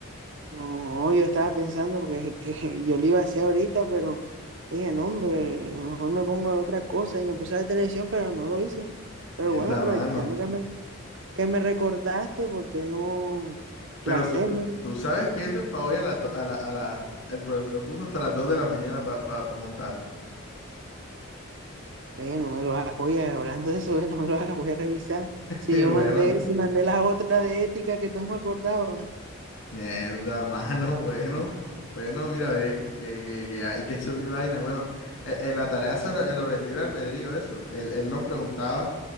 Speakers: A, on the right; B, on the left.
A: No, yo estaba pensando porque <laughs> que yo lo iba a hacer ahorita, pero dije, no, hombre, a lo mejor me pongo a otra cosa y me puse a ver televisión, pero no lo hice. Pero
B: Mierda,
A: bueno, aprovechando
B: mano.
A: que me, que me recordaste, ¿por qué no
B: Pero
A: la hacemos?
B: tú, tú sabes que eso es para hoy a las do- a la, a la, el profesor puso hasta las 2 de la mañana para montarla. <laughs>
A: Le dije, no me lo hagas, oye, hablando de eso, <laughs> eh, no me lo hagas, voy a revisar. Si
B: Y
A: yo
B: bueno,
A: mandé, si mandé la otra de ética que no me acordaba.
B: mierda, mano, <laughs> bueno. Bueno, mira, ve, que, que, que hay que subir vaina. Bueno, eh, eh, la tarea sobre, sobre el libre albedrío, eso. él él nos preguntaba.